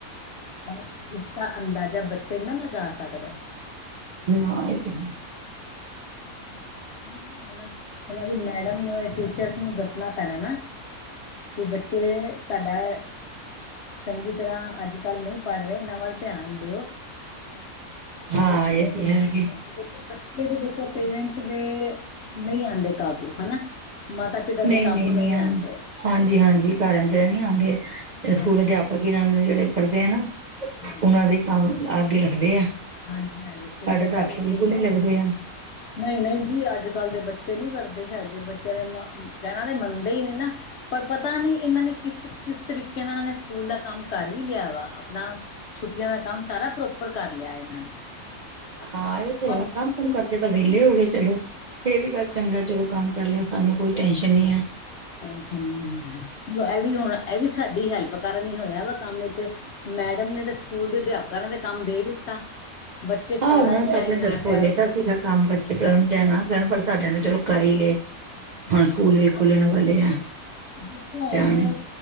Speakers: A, on the left; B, on the right.
A: ਪਰ ਇਸਦਾ ਅੰਦਾਜ਼ਾ ਬੱਚੇ ਨਾ ਲਗਾ ਸਕਦੇ।
B: ਹਮ ਇਹਏ।
A: ਉਹ ਉਹਨਾਂ ਦੀ ਮੈਡਮ ਨੂੰ ਟੀਚਰਸ ਨੂੰ ਦੱਸਣਾ ਪੈਣਾ ਨਾ ਕਿ ਬੱਚੇ ਤੁਹਾਡਾ ਚੰਗੀ ਤਰ੍ਹਾਂ ਅੱਜ ਕੱਲ੍ਹ ਨਹੀਂ ਪੜ੍ਹ ਰਹੇ ਇਹਨਾਂ ਵੱਲ ਧਿਆਨ ਦਿਓ।
B: ਹਾਂ
A: ਦੇਖੋ
B: ਏਹ ਤੇ ਹੈਗੇ।
A: ਦੇਖੋ ਬੱਚੇ ਵੀ ਦੇਖੋ ਪੇਰੈਂਟਸ ਦੇ ਨਹੀਂ ਆਂਦੇ ਕਾਬੂ ਹਨਾ ਮਾਤਾ। ਪਿਤਾ ਦੇ
B: ਨਹੀਂ
A: ਕਾਬੂ
B: ਨਹੀਂ ਨਹੀਂ
A: ਆਉਂਦੇ
B: ਹਾਂਜੀ ਹਾਂਜੀ ਘਰਾਂ ਤੇ ਨੀ ਆਉਂਦੇ ਸਕੂਲ
A: ਹਾਂਜੀ
B: ਅਧਿਆਪਕ। ਭਗੀ ਜਿਹੜੇ ਕਰਦੇ ਆ ਨਾ
A: ਹਾਂਜੀ
B: ਉਹਨਾਂ ਦੇ ਕੰਮ ਅੱਗੇ ਲੱਖਦੇ ਆ।
A: ਹਾਂਜੀ ਹਾਂਜੀ ਸਕੂਲ
B: ਸਾਡੇ
A: ਦੇ ਅਧਿਆਪਕ
B: ਤਾਂ ਆਖੇ ਬਿਲਕੁਲ
A: ਹੀ
B: ਨੀ ਲੱਗਦੇ ਆ।
A: ਨਹੀਂ ਨਹੀਂ ਜੀ ਅੱਜ ਕੱਲ ਦੇ ਬੱਚੇ ਨੀ ਕਰਦੇ ਹੈਗੇ ਬੱਚਿਆਂ ਦੇ ਕਹਿਣਾ ਦੇ ਮੰਨਦੇ ਹੀ ਨੀ ਨਾ ਪਰ ਪਤਾ ਨਹੀਂ ਇਹਨਾਂ ਨੇ ਕਿਸ ਕਿਸ ਤਰੀਕੇ ਨਾਲ ਇਹਨਾਂ ਨੇ ਸਕੂਲ ਦਾ ਕੰਮ ਕਰ ਵੀ ਲਿਆ ਵਾ ਆਪਣਾ। ਛੁੱਟੀਆਂ ਦਾ ਕੰਮ ਸਾਰਾ ਪ੍ਰੋਪਰ ਕਰ ਲਿਆ ਇਹਨਾਂ ਨੇ।
B: ਹਾਂ ਇਹ ਤੇ
A: ਪਰ
B: ਹੈ ਕੰਮ ਕੁੁੰਮ ਕਰਕੇ ਤਾਂ ਵਿਹਲੇ ਹੋ ਗਏ ਚਲੋ ਇਹ ਵੀ ਗੱਲ ਚੰਗਾ ਜਦੋ ਕੰਮ। ਕਰੱਲਿਆ ਸਾਨੂੰ ਕੋਈ ਟੈਨਸ਼ਨ ਨੀ ਹੈ।
A: ਇਹ ਵੀ ਹੁਣ ਇਹ ਵੀ ਸਾਡੀ ਹੈਲਪ ਕਾਰਨ ਹੋਇਆ ਵਾ ਕੰਮ ਐਥੇ। ਮੈਡਮ ਨੇ ਤਾਂ ਸਕੂਲ ਦੇ ਅਧਿਆਪਕਾਂ ਨੇ ਤਾਂ ਕੰਮ ਦੇ ਦਿੱਤਾ। ਬੱਚੇ
B: ਹਾਂ
A: ਕਰਨ
B: ਉਹਣ ਤਾਂ
A: ਚਾਹੇ
B: ਆਪਣੇ
A: ਨਾ
B: ਤਰਫੋਂ
A: ਕਰਨ
B: ਦੇਤਾ ਸੀਗਾ ਕੰਮ ਬ। ਕਰਨ ਚ ਨਾ ਕਰਨ ਪਰ ਸਾਡਿਆਂ ਨਨੇ ਚਲੋ ਕਰ ਹੀ ਲਏ।
A: ਹਾਂਜੀ
B: ਹੁਣ ਸਕੂਲ ਵੀ ਖੁੱਲਣ
A: ਹਾਂਜੀ
B: ਵਾਲੇ ਆ
A: ਫੋਣ
B: ਜਾਣੇ